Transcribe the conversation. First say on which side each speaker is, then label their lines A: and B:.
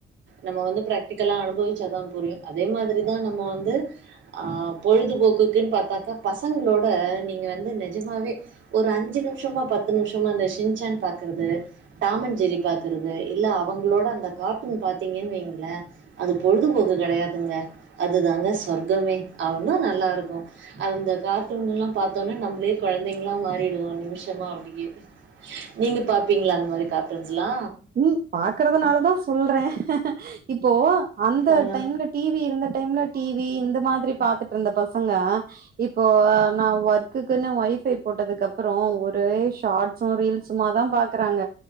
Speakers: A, on the right; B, on the right.
A: நம்ம வந்து ப்ராக்டிகலா அனுபவிச்சாதா புரியு அதே மாதிரிதா நம்ம வந்து ஆ பொழுதுபோக்குக்குன்னு பாத்தாக்கா பசங்களோட நீங்க வந்து நிஜமாவே ஒரு அஞ்சு நிமிஷமா பத்து நிமிஷமா இந்த ஷின்சான் பாக்குறது டாமன் ஜெரி பாக்குறது இல்ல அவங்களோட அந்த கார்ட்டூன் பார்த்தீங்கன்னு வைங்களே அது பொழுதுபோக்கு கெடையாதுங்க அதுதாங்க சொர்க்கமே அவ்ளோ நல்லா இருக்கு அந்த கார்ட்டூன் எல்லா பாத்தோம்னா நம்மளயே கொழந்தைங்களா மாறிடுவோ நிமிஷமா அப்டியே நீங்க பாப்பீங்களா அந்த மாரி கார்டூன்ஸ்லா
B: ம் பாக்குறதுனாலதா சொல்றே இப்போ அந்த
A: ஆ
B: டைம்ல டி வி இருந்த டைம்ல டி வி இந்த மாதிரி பாத்துட்டு இருந்த பசங்க இப்போ நா ஒர்க் குக்குன்னு ஒய்ஃபை போட்டதுக்கு அப்புறோ ஒரே ஷார்ட்ஸு ரீல்ஸுமாதா பாக்குறாங்க